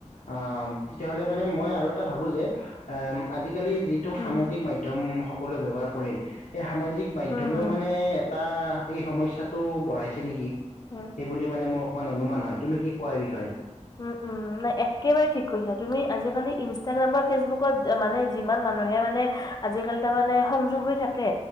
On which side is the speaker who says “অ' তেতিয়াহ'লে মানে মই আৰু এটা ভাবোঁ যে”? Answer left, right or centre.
Left